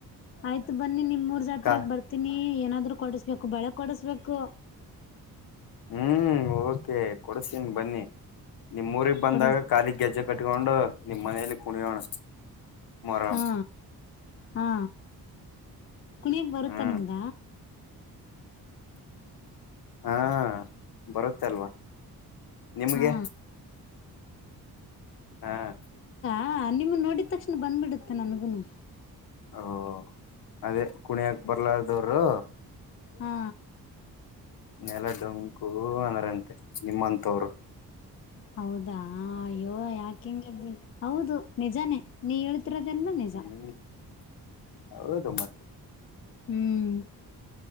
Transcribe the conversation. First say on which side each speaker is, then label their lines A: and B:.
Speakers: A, on the left (about 35°); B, on the left (about 65°).
A: ಆಯ್ತು ಬನ್ನಿ ನಿಮೂರ್ ಜಾತ್ರೆಗ್
B: ಕಾ
A: ಬರ್ತೀನಿ ಏನಾದ್ <unintelligible> ರು ಕೊಡಸ್ಬೇಕು ಬಳೆ ಕೊಡಸ್ಬೇಕು.
B: ಹ್ಮ್ ಓಕೆ ಕೊಡಸ್ತೀನಿ ಬನ್ನಿ ನಿಮ್ ಊರಿಗ್ ಬಂದಾಗ
A: ಕೊಡಸ್
B: ಕಾಲಿ ಗೆಜ್ಜೆ ಕಟ್ಟ್ <unintelligible> ಟ್ಕೊಂಡು ನಿಮ್ಮ ಮನೇಯಲ್ಲಿ ಕುಣಿಯೋಣ ಮೋಹರಂ.
A: ಹಾ ಹಾ ಕುಣಿಯಕ್ ಬರುತ್ತ
B: ಹ್ಮ್
A: ನಿಮ್ಗ.
B: ಹಾ ಬರುತ್ತ್ ಅಲ್ವಾ ನಿಮ್ಗೆ.
A: ಹಾ
B: ಹಾ
A: ಹಾ ನಿಮ್ಮನ್ ನೋಡಿದ ತಕ್ಷಣ ಬಂದ್ಬಿಡುತ್ತೆ ನನ್ಗುನು.
B: ಓ ಅದೇ ಕುಣಿಯಕ ಬರ್ಲಾರ್ದವರು.
A: ಹಾ.
B: ನೆಲ ಡೊಂಕು ಅಂದ್ರಂತೆ ನಿಮ್ಮಂತವರು.
A: ಹೌದಾ ಅಯ್ಯೋ ಯಾಕಿಂಗಗೆ ಬಿ ಹೌದು ನಿಜಾನೇ ನೀ. ಹೇಳ್ತಿರೋದೆಲ್ಲ ನಿಜ
B: ಹ್ಮ್ ಹೌದು ಮತ್ತೆ.
A: ಹ್ಮ್.